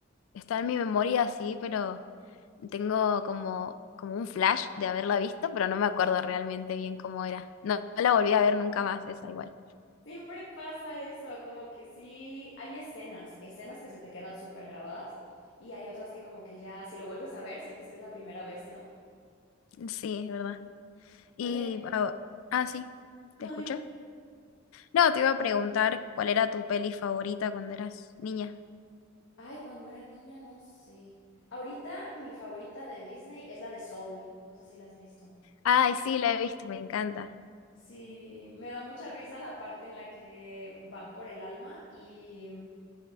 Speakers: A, on the left (about 85°); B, on the left (about 65°).
A: Está en mi memoria así, pero... Tengo como, como un flash de haberla visto, pero no me acuerdo realmente bien cómo era. No, no la volví a ver nunca más, esa igual.
B: Siempre pasa eso, como que sí, hay escenas, escenas que se te quedan súper grabadas y hay otras que como que ya si lo vuelves a ver sientes que es la primera vez, ¿no?
A: Sí, es verdad. Y,
B: Oye,
A: ah, ah, sí,
B: no,
A: ¿te escuché?
B: dime.
A: No, te iba a preguntar cuál era tu peli favorita cuando eras niña.
B: Ay, cuando era niña, no sé. Ahorita mi favorita de Disney es la de Soul. No sé si la has visto.
A: Ay, sí, la he visto, me encanta.
B: Sí, me da mucha risa la parte en la que van por el alma y, mm,